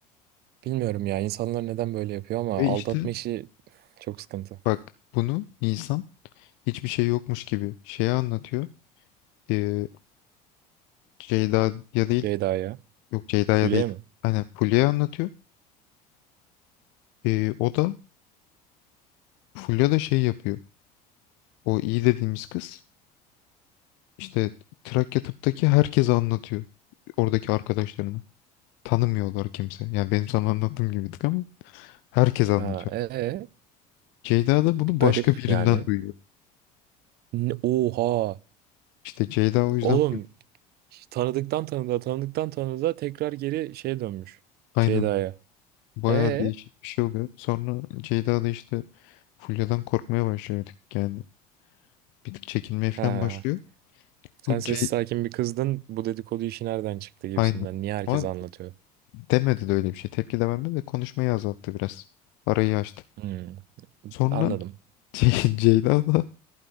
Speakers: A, on the right; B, on the left.
A: bilmiyorum ya insanlar neden böyle yapıyor ama
B: ve
A: aldatma
B: işte
A: işi çok sıkıntı.
B: bak bunu Nisan hiçbir şey yokmuş gibi şeye anlatıyor. Ee, Ceyda'ya değil.
A: Ceyda'ya.
B: Yok Ceyda'ya
A: Fulya
B: değil.
A: mı?
B: Aynen Fulya'ya anlatıyor. Ee, o da Fulya da şey yapıyor. O iyi dediğimiz kız işte Trakya tıptaki herkese anlatıyor. Oradaki arkadaşlarına. Tanımıyorlar kimse. Yani benim sana anlattığım gibi bir tık ama herkes anlatıyor.
A: Ha e, e.
B: Ceyda da bunu başka
A: garip
B: birinden
A: yani.
B: duyuyor.
A: Ne- Oha.
B: İşte Ceyda o yüzden
A: Oğlum
B: full
A: Tanıdıktan tanıdığa, tanıdıktan tanıdığa tekrar geri şeye dönmüş.
B: aynen
A: Ceyda'ya.
B: bayağı
A: Ee,
B: değişik bir şey oluyor. Sonra Ceyda da işte Fulya'dan korkmaya başlıyor bir tık yani. Bir tık çekinmeye falan
A: ha.
B: başlıyor.
A: Sen
B: Bu
A: sessiz
B: C
A: sakin bir kızdın. Bu dedikodu işi nereden çıktı gibisinden.
B: aynen.
A: Niye herkes
B: Ama
A: anlatıyor?
B: demedi de öyle bir şey. Tepki de vermedi de konuşmayı azalttı biraz. Arayı açtı.
A: Hmm,
B: Sonra
A: anladım.
B: <laughs> Ce- Ceyda da